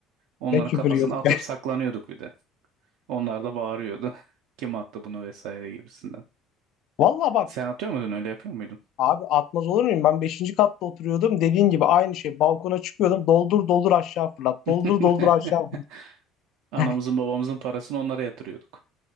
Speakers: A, on the right; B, on the left.
A: Onların
B: ne küfür
A: kafasına
B: yiyorduk
A: atıp
B: yani.
A: saklanıyorduk bir de. Onlar da bağırıyordu. <laughs> Kim attı bunu vesaire gibisinden.
B: Valla <laughs> bak
A: Sen atıyor muydun öyle yapıyor muydun?
B: abi atmaz olur muyum? Ben beşinci katta oturuyordum. Dediğin gibi aynı şey. Balkona çıkıyordum. Doldur doldur aşağı fırlat.
A: <laughs>
B: Doldur doldur aşağı fırlat.
A: Anamızın
B: <laughs>
A: babamızın parasını onlara yatırıyorduk.